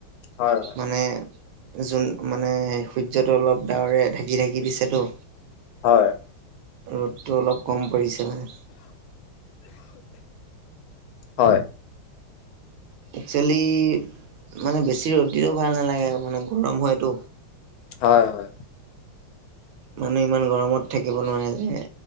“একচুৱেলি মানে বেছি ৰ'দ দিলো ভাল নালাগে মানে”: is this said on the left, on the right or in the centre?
Right